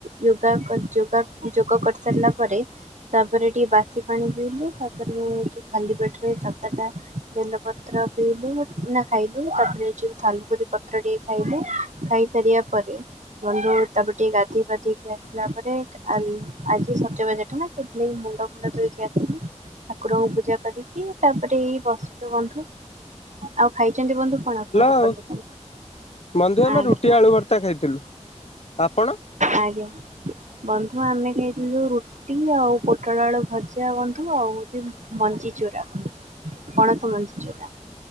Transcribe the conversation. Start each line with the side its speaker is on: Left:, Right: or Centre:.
Right: ଯୋଗା ଯୋଗ କରିସାରିଲା ପରେ ତାପରେ ଟିକେ ବାସି ପାଣି ପିଇଲୁ ତାପରେ ଯଉ ଖାଲି ପେଟରେ ସାତଟା ବେଲପତ୍ର ପିଇଲୁ ନା ଖାଇଲୁ ତାପରେ ଯୋଉ ଥାଲୁକୁଡି ପତ୍ର ଟିକେ ଖାଇଲୁ ଖାଇସାରିବା ପରେ ବନ୍ଧୁ ତାପରେ ଟିକେ ଗାଧୋଇ ପାଧେଇକି ଆସିଲା ପରେ ଆଜି ସଜ ବାଜ ଠୁ ସେ ମୁଣ୍ଡ ଫୁଣ୍ଡ ଧୋଇକି ଆସିକି ଠାକୁରଙ୍କୁ ପୂଜା କରିକି ତାପରେ ଏଇ ବସିଛୁ ବନ୍ଧୁ। ଆଉ ଖାଇଛନ୍ତି ବନ୍ଧୁ କଣ ଆପଣ?
Left: ବନ୍ଧୁ
Right: ସକାଳୁ ସକାଳୁ?
Left: ଆମେ
Right: ଆଜ୍ଞା
Left: ରୁଟି, ଆଳୁ ଭର୍ତା ଖାଇଥିଲୁ। ଆପଣ
Right: ଆଜ୍ଞା ବନ୍ଧୁ ଆମେ ଖାଇଥିଲୁ ରୁଟି ଆଉ ପୋଟଳ ଆଳୁ ଭଜା ବନ୍ଧୁ ଆଉ ହଉଛି ମଞ୍ଜି ଚୁରା, ପଣସ ମଞ୍ଜି ଚୁରା।